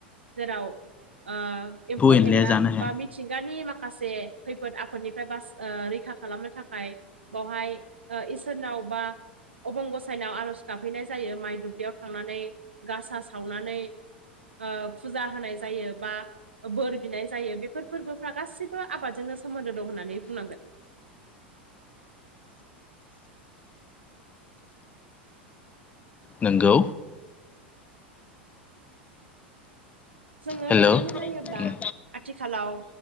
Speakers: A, on the right; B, on the left.
A: जेराव आ एम्फौ
B: एनलाया
A: एनला
B: जानो हाया
A: बा मि थिंगानि माखासे खैफोद आफोदनिफ्राय बास रैखा खालामनो थाखाय बावहाय ओ इसोर नावबा अबंगसायनायाव आर'ज गाबहैनाय जायो। माइ दुब्लियाव थांनानै गासा सावनानै ओ फुजा होनाय जायो, बा बोर बिनाय जायो। बे फोर फोरबोफ्रा गासिबो आबादजोंनो सोमोन्दो दं होन्नानै बुंनांगोन।
B: नोंगौ।
A: जोङो
B: हेल'
A: थारैनो नायोब्ला आथिखालाव